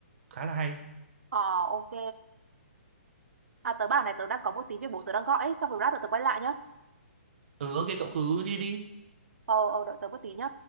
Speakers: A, on the right; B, on the right.
A: khá là hay
B: Ờ, ok. À, tớ bảo này, tớ đang có một tí việc bố tớ đang gọi ấy, xong rồi lát tớ tớ quay lại nhá.
A: ờ ok cậu cứ đi đi
B: Ờ, ờ, đợi tớ một tí nhá.